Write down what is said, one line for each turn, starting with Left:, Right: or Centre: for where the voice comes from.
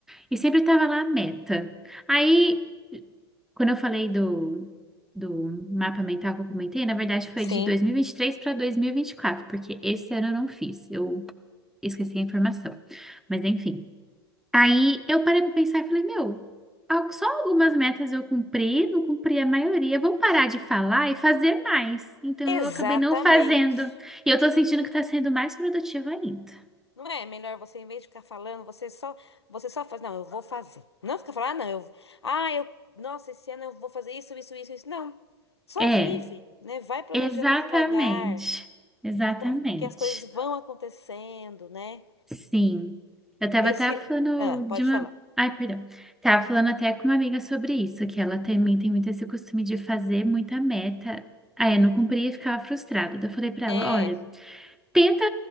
Centre: e sempre tava lá a meta. Aí, quando eu falei do. Do mapa mental que eu comentei, na verdade foi
Left: sim.
Centre: de dois mil e e vinte e três para dois mil e e vinte e quatro porque esse ano eu não fiz. Eu Esqueci a informação. Mas enfim. Aí eu parei pra pensar e falei, meu, al- só algumas metas eu cumpri, não cumpri a maioria. Vou parar de falar e fazer mais. Então eu
Left: Exatamente.
Centre: acabei não fazendo. E eu tô sentindo que tá sendo mais produtiva ainda.
Left: Não é melhor você, em vez de ficar falando, você só, você só faz, não, eu vou fazer. Não fica falando, ah, não, eu, ah, eu, nossa, esse ano eu vou fazer isso, isso, isso, isso. Não. Só
Centre: É,
Left: vive, né? Vai planejando
Centre: exatamente.
Left: devagar,
Centre: Exatamente.
Left: acon- que as coisas vão acontecendo, né?
Centre: Sim. Eu tava
Left: Esse,
Centre: até falando
Left: ah, pode
Centre: de uma.
Left: falar.
Centre: Ai, perdão. Tava falando até com uma amiga sobre isso, que ela também tem muito esse costume de fazer muita meta. Aí eu não cumpria e ficava frustrada. Daí eu falei pra
Left: É,
Centre: ela: olha, tenta